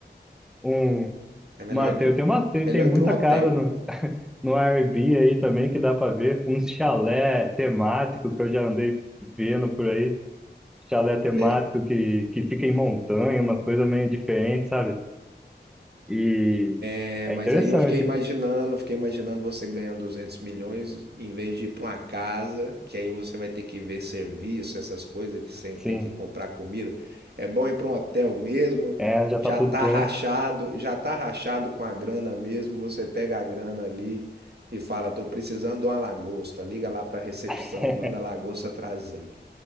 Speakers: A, in the centre; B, on the right.
A: um,
B: é melhor
A: uma,
B: ir
A: tem,
B: com,
A: tem, uma, tem,
B: melhor
A: tem muita
B: ir pra um hotel.
A: casa no, no Airbnb aí também que dá pra ver. Um chalé temático que eu já andei vendo por aí. Chalé temático
B: é.
A: que, que fica em montanha, umas coisas meio diferentes, sabe? E
B: É,
A: é
B: mas
A: interessante,
B: aí eu fiquei imaginando, fiquei imaginando você ganhando 200 milhões em vez de ir para uma casa, que aí você vai ter que ver serviço, essas coisas que você
A: sim.
B: tem que comprar comida. É bom ir para um hotel mesmo,
A: É, já
B: já
A: tá tudo
B: tá
A: pronto.
B: rachado, já tá rachado com a grana mesmo, você pega a grana ali e fala, tô precisando de uma lagosta, liga lá para a recepção,
A: <laughs>
B: manda a lagosta trazer,